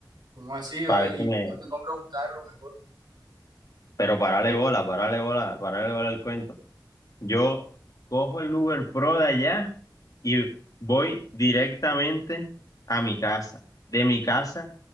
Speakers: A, on the right; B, on the left.
A: Uno así va
B: para ver
A: y
B: si
A: te
B: me...
A: compras un carro mejor.
B: Pero parale bola, parale bola, parale bola el cuento. Yo cojo el Uber Pro de allá y voy directamente a mi casa. De mi casa